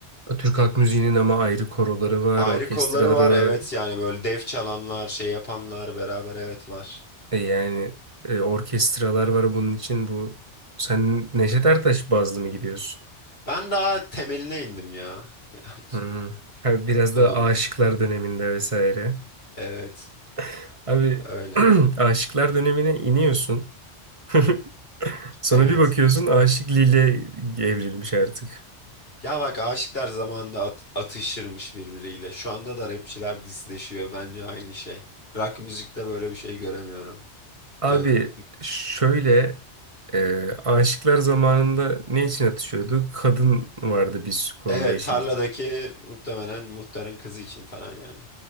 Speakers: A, on the right; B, on the left.
A: Türk halk müziğinin ama ayrı koroları var,
B: Ayrı
A: orkestraları
B: kolları var evet
A: var.
B: yani böyle dev çalanlar şey yapanlar beraber evet var.
A: E yani e, orkestralar var bunun için bu. Sen Neşet Ertaş bazlı mı gidiyorsun?
B: Ben daha temeline indim ya <laughs>
A: Hı hı. Ha, Biraz
B: konunun.
A: da Aşıklar döneminde vesaire.
B: Evet
A: <laughs> Abi
B: öyle
A: <clears throat> Aşıklar dönemine iniyorsun. <laughs> Sonra
B: evet.
A: bir bakıyorsun Aşık Lile evrilmiş artık.
B: Ya bak aşıklar zamanında at- atışırmış birbiriyle. Şu anda da rapçiler disleşiyor. Bence aynı şey. Rock müzikte böyle bir şey göremiyorum.
A: Abi
B: Canım.
A: şöyle e, aşıklar zamanında ne için atışıyordu? Kadın vardı biz konuda
B: Evet
A: işin
B: tarladaki
A: içinde.
B: muhtemelen muhtarın kızı için falan yani.